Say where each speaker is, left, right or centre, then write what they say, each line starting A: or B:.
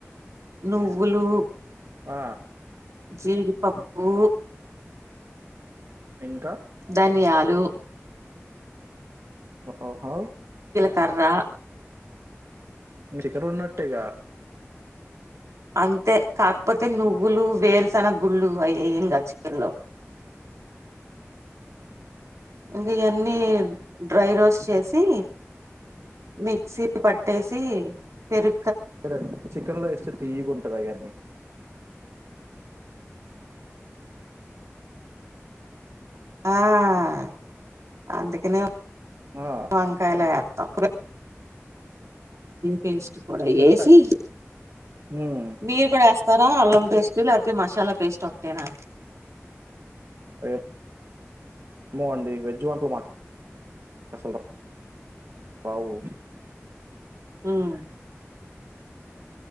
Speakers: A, on the right; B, on the right.
A: నువ్వులు
B: ఆ
A: జీడిపప్పు
B: ఇంకా
A: దన్యా లు
B: ఓహా
A: కర్ర
B: చికెన్ ఉన్నట్టేగా
A: అంతే కాకపోతే నువ్వులు వేరుసెనగ గుళ్ళు అవియింంగా చికెన్ లో ఇంకా ఎన్ని డ్రై
B: ఆ,
A: రోస్ట్ చేసి మిక్సీ పట్టేసి పెరూ
B: సరే చికెన్లో ఎస్ తీయగుంటదా గన్ని
A: ఆ అందుకనే
B: ఆ
A: వంకల కా పేస్ <unintelligible> <inaudible> వడ
B: పెరుగు
A: ఏసీ
B: కాస్త ఉమ్
A: మీరు కూడా తర అల్లం పేస్ట్ ఇ లే అతితే మసాలా పేస్ట్ ఒకటేనా
B: ఏమో అండి వెజ్జ్ వంటలు మాకు అసలు రావు
A: ఉమ్